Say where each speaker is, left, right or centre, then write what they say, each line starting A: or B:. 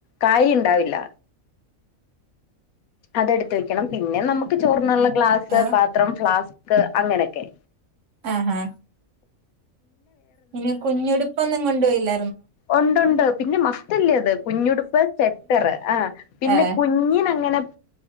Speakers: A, on the left; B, on the right.
A: കാര്യം ഉണ്ടാവില്ല അതെടുത്ത് വെക്കണം പിന്നെ നമുക്ക് ചോർണുള്ള ഗ്ലാസ്
B: ആഹ്
A: പത്രം ഫ്ലാസ്ക് അങ്ങനൊക്കെ
B: ആ ആ പിന്നെ കുഞ്ഞുടുപ്പ് ഒന്നും കൊണ്ടു പോയില്ല
A: ഉണ്ട് ഉണ്ട് പിന്നെ <unintelligible> അത് കുഞ്ഞുടുപ്പ് സെറ്ററൂ ആ പിന്നെ
B: ഏ
A: കുഞ്ഞിനങ്ങനെ